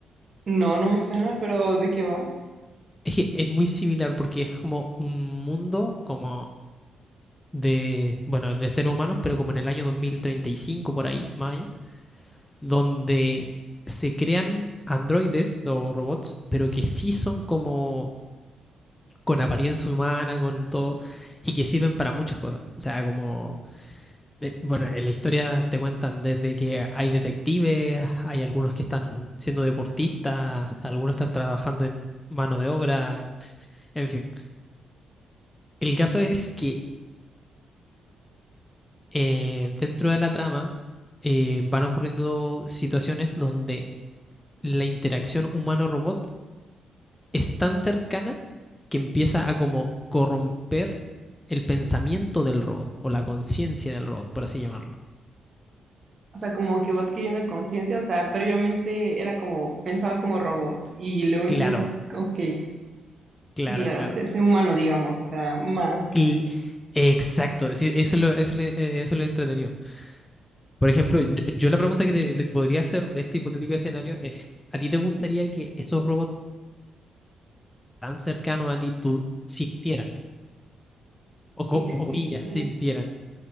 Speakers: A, on the right (about 45°); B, on the left (about 15°).
A: No, no me suena, pero ¿de qué va?
B: Es que es muy similar porque es como un mundo como de. Bueno, de seres humanos, pero como en el año 2035 por ahí, más allá, donde se crean androides o robots, pero que sí son como. con apariencia humana, con todo, y que sirven para muchas cosas. O sea, como. Eh, Bueno, en la historia te cuentan desde que hay detectives, hay algunos que están siendo deportistas, algunos están trabajando en mano de obra, en fin. El caso es que eh, dentro de la trama eh, van ocurriendo situaciones donde la interacción humano-robot es tan cercana que empieza a como corromper el pensamiento del robot o la conciencia del robot, por así llamarlo.
A: O sea, como que va adquiriendo conciencia. O sea, previamente era como, pensaba como robot y luego
B: Claro,
A: empieza, ok,
B: claro,
A: que a
B: claro.
A: hacerse humano, digamos. O sea, más.
B: Cl- Exacto, sí, eso lo, eso, le- eh, eso lo he entretenido. Por ejemplo, yo, yo la pregunta que te, le podría hacer de este hipotético escenario es, ¿a ti te gustaría que esos robots tan cercanos a ti tú sintieran? O co-
A: Sí, sí,
B: comillas,
A: sí.
B: sintieran.